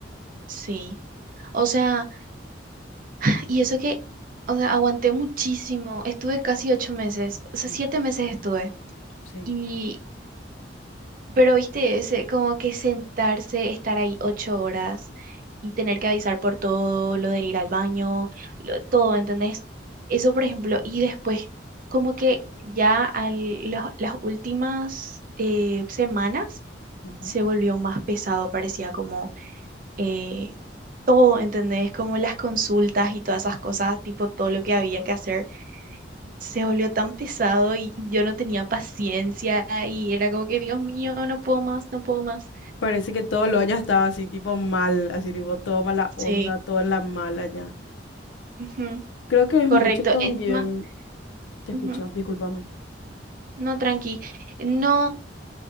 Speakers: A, on the right (about 45°); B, on the left (about 75°).
A: sí. O sea, <sighs> y eso que, o sea, aguanté muchísimo. Estuve casi ocho meses, o sea,
B: Mm,
A: siete meses estuve.
B: Sí.
A: y Pero viste ese, como que sentarse, estar ahí ocho horas y tener que avisar por todo, lo de ir al baño, lo- todo, ¿entendés? Eso, por ejemplo, y después, como que ya al, los- las últimas eh, semanas
B: Ujú.
A: se volvió más pesado, parecía como eh, todo, ¿entendés? Como las consultas y todas esas cosas, tipo todo lo que había que hacer, se volvió tan pesado y yo no tenía paciencia y era como que, Dios mío, no puedo más, no puedo más.
B: Parece que todo lo haya estado así, tipo mal, así, tipo todo mala onda,
A: Sí,
B: todo en la mala ya.
A: ujú,
B: Creo que es
A: correcto.
B: mucho también.
A: Encima,
B: Te
A: ujú,
B: escucho, discúlpame.
A: no, tranqui. No,